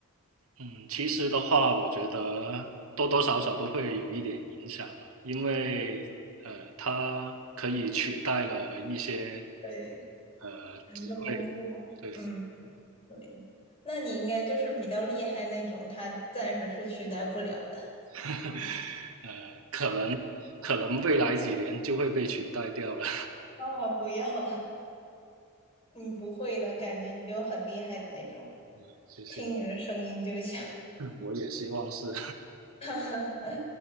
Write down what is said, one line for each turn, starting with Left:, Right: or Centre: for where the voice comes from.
Right: 嗯，其实的话，我觉得多多少少都会有一点影响了，因为呃，它可以取代了一些
Left: 对。
Right: 呃职位，
Left: 人的工作，
Right: 对，
Left: 嗯，对，那你应该就是比较厉害那种，他暂时是取代不了的。
Right: <laughs> 呃，可能可能未来几年就会被取代掉了。
Left: 啊，不要啊，你不会的感觉，你就很厉害的那种，
Right: <laughs> 谢谢，
Left: 听你的声音就像。
Right: 嗯我也希望是，
Left: <laughs>